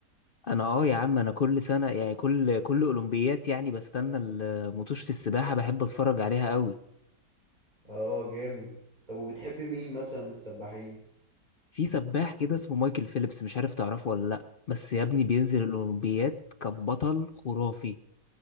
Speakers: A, on the left; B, on the right.
A: انا اه يا عم انا كل سنه يعني كل كل اولمبيات يعني بستنى ال- مطوشه السباحه بحب اتفرج عليها قوي
B: اه جامد طب وبتحب مين مثلا من السباحين
A: في سباح كده اسمه مايكل فيليبس مش عارف تعرفه ولا لا بس يا ابني بينزل الاولمبيات كان بطل خرافي